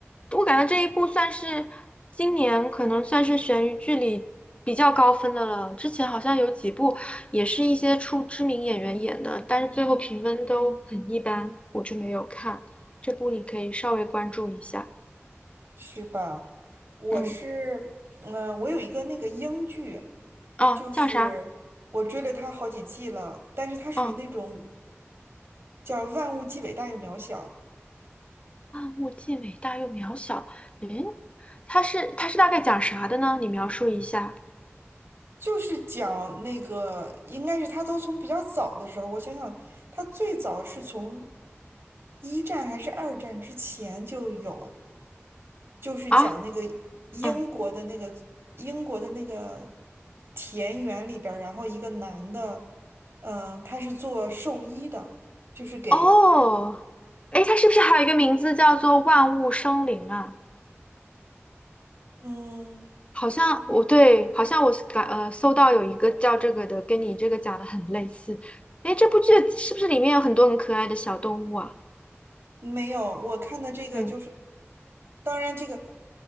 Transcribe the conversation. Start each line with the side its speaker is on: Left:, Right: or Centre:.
Left: 我感觉这一部算是今年可能算是悬疑剧里比较高分的了。之前好像有几部也是一些出知名演员演的，但是最后评分都很一般，我就没有看。这部你可以稍微关注一下。
Right: 是吧？我是嗯、
Left: 嗯，
Right: 呃我有一个那个英剧，
Left: 哦，
Right: 就是我追了它好几季了，
Left: 叫啥？
Right: 但是它属于那种
Left: 嗯。
Right: 叫万物既伟大又渺小。
Left: 万物既伟大又渺小。诶，它是它是大概讲啥的呢？你描述一下
Right: 就是讲那个，应该是他都从比较早的时候，我想想，他最早是从一战还是二战之前就有，就是讲那个
Left: 啊。
Right: 英国的那个英国的那个
Left: 嗯，
Right: 田园里边儿然后一个男的，嗯、他是做兽医的，就是给，
Left: 哦，诶，它是不是还有一个名字叫做万物生灵啊？
Right: 嗯，
Left: 好像我对，好像我是感呃搜到有一个叫这个的，跟你这个讲的很类似。诶，这部剧是不是里面有很多很可爱的小动物啊？
Right: 没有，我看的这个就是，
Left: 嗯
Right: 当然这个。